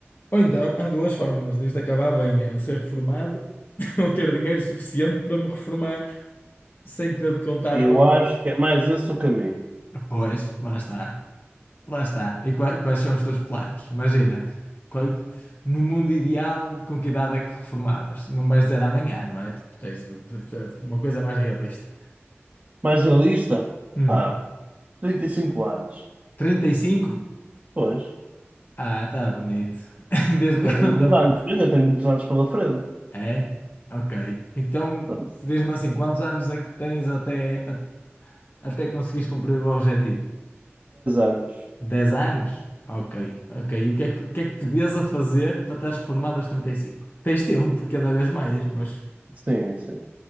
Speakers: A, on the left; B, on the right.
A: Ou então, há duas formas disto acabar bem: é eu ser reformado <laughs> ou ter dinheiro suficiente para me reformar sem ter de contar
B: Eu
A: com.
B: acho que é mais esse o caminho.
A: Pois, lá está. Lá está. E qua- quais são os teus planos? Imagina, qual- no mundo ideal, com que idade é que te reformavas? Não vais dizer amanhã, não é? Tipo, tens de- de- de- uma coisa mais realista.
B: Mais realista?
A: Hum,
B: Ah, 35 anos.
A: 35?
B: Pois,
A: Ah, tá bonito. <laughs> Diz-me,
B: já tenho
A: conta-me.
B: uns anos. Eu ainda tenho muitos anos pela frente.
A: É? Ok. Então,
B: dez
A: diz-me assim, quantos anos é que tens até, a- até conseguires cumprir o objetivo?
B: anos.
A: dez anos? Ok, ok. E o que é que, o que é que te vês a fazer para estares reformado aos 35? Tens tempo, e cada vez mais, mas
B: Sim, sim.